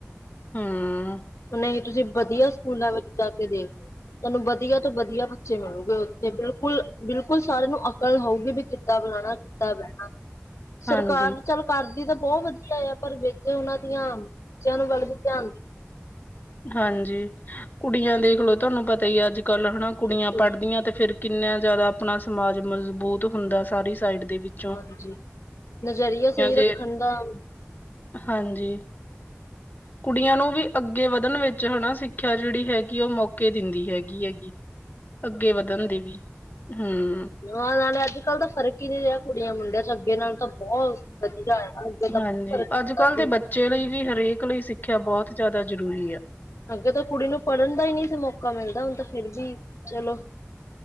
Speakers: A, on the left; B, on the left.
A: ਹਾਂ।
B: ਹੂਣ ਇਹੀ ਤੁਸੀਂ ਵਧੀਆ ਸਕੂਲਾਂ ਵਿੱਚ ਜਾ ਕੇ ਦੇਖ ਲਓ। ਤੁਹਾਨੂੰ ਵਧੀਆ ਤੋਂ ਵਧੀਆ ਬੱਚੇ ਮਿਲਣਗੇ ਉੱਥੇ, ਬਿਲਕੁੱਲ -ਬਿਲਕੁੱਲ ਸਾਰਿਆਂ ਨੂੰ ਅਕਲ ਹੋਊਗੀ। ਵੀ ਕਿਦਾਂ ਬੁਲਾਣਾ, ਕਿਦਾਂ ਬਹਿਣਾ। ਸਰਕਾਰ
A: ਹਾਂਜੀ
B: ਚੱਲ ਕਰਦੀ ਤਾਂ ਬਹੁਤ ਵਧੀਆ ਆ, ਪਰ ਵਿੱਚ ਉਹਨਾਂ ਦੀਆਂ ਬੱਚਿਆਂ ਨੂੰ ਵਲ ਵੀ ਧਿਆਨ
A: ਹਾਂਜੀ, ਕੁੜੀਆਂ ਦੇਖਲੋ ਤੁਹਾਨੂੰ ਪਤਾ ਹੀ ਅੱਜ ਕੱਲ ਹਨਾ, ਕੁੜੀਆਂ
B: ਬਿਲਕੁਲ
A: ਪੜ੍ਹਦੀਆਂ ਤੇ ਫਿਰ ਕਿੰਨਾ ਜ਼ਿਆਦਾ ਆਪਣਾ ਸਮਾਜ ਮਜ਼ਬੂਤ ਹੁੰਦਾ, ਸਾਰੀ ਸਾਈਡ ਦੇ ਵਿੱਚ।
B: ਹਾਂਜੀ, ਨਜ਼ਰੀਆ ਸਹੀ ਰੱਖਣ
A: ਜੇ
B: ਦਾ
A: ਹਾਂਜੀ, ਕੁੜੀਆਂ ਨੂੰ ਵੀ ਅੱਗੇ ਅੱਗੇ ਵਧਣ ਵਿੱਚ ਹਨਾ ਸਿੱਖਿਆ ਜਿਹੜੀ ਹੈਗੀ, ਉਹ ਮੌਕੇ ਦਿੰਦੀ ਹੈਗੀ -ਹੈਗੀ। ਅੱਗੇ ਵਧਣ ਦੇ ਵੀ, ਹਮ।
B: ਨਾ ਨਾਲੇ ਅੱਜ ਕੱਲ ਤਾਂ ਫਰਕ ਹੀ ਨੀ ਰਿਹਾ ਕੁੜੀਆਂ ਮੁੰਡਿਆਂ ਚ, ਅੱਗੇ ਨਾਲ ਤਾਂ ਬਹੁਤ ਵਧੀਆ। ਅੱਗੇ ਤਾਂ
A: ਹਾਂਜੀ
B: ਬਹੁਤ ਫ਼ਰਕ ਹੁੰਦਾ
A: ਅੱਜ ਕੱਲ੍ਹ
B: ਸੀ
A: ਦੇ ਬੱਚੇ ਲਈ ਵੀ, ਹਰੇਕ ਲਈ ਸਿੱਖਿਆ ਬਹੁਤ ਜ਼ਿਆਦਾ ਜ਼ਰੂਰੀ ਆ।
B: ਅੱਗੇ ਤਾਂ ਕੁੜੀ ਨੂੰ ਪੜ੍ਹਨ ਦਾ ਹੀ ਨਹੀਂ ਸੀ ਮੌਕਾ ਮਿਲਦਾ, ਹੁਣ ਤਾਂ ਫਿਰ ਵੀ ਚਲੋ।